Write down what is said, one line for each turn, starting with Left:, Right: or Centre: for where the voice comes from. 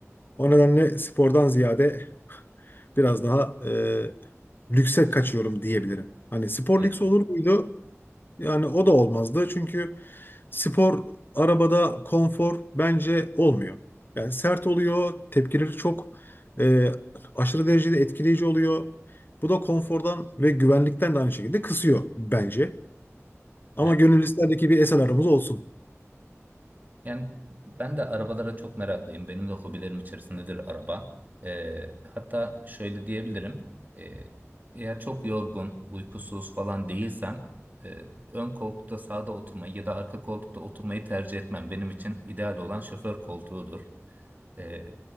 Left: O nedenle spordan ziyade biraz daha e, lükse kaçıyorum diyebilirim. Hani spor
Right: Evet,
Left: lüks olur muydu? Yani o da olmazdı. Çünkü spor arabada konfor bence olmuyor. Yani sert oluyor, tepkileri çok e, aşırı derecede etkileyici oluyor. Bu da konfordan ve güvenlikten de aynı şekilde kısıyor bence. Ama
Right: evet.
Left: gönül isterdi ki bir SLR'ımız olsun.
Right: Yani ben de arabalara çok meraklıyım. Benim de hobilerim içerisindedir araba. E, hatta şöyle diyebilirim. E, eğer çok yorgun, uykusuz falan değilsem e, ön koltukta sağda oturmayı ya da arka koltukta oturmayı tercih etmem. Benim için ideal olan şoför koltuğudur. Ee,